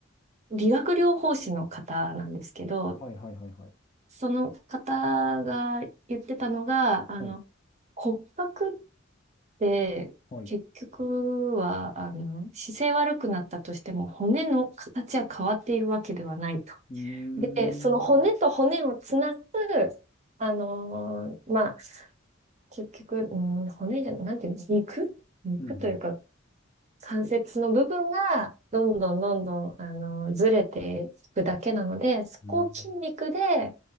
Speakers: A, on the right (about 35°); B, on the left (about 25°).
A: 理学療法士の方なんですけど、
B: はいはいはいはい。
A: その方が言ってたのが、あの、
B: はい。
A: 骨格って結局は、
B: はい。う
A: あの、姿勢悪くなったとしても骨の形は変わっているわけではないと。
B: ーん。
A: で、その骨と骨をつなぐ、あのーまあ、結局、うん、骨じゃ、なんていうの、肉肉というか、
B: うん。
A: 関節の部分がどんどんどんどん、あの、ずれていくだけなので、そこを筋肉で、
B: うん。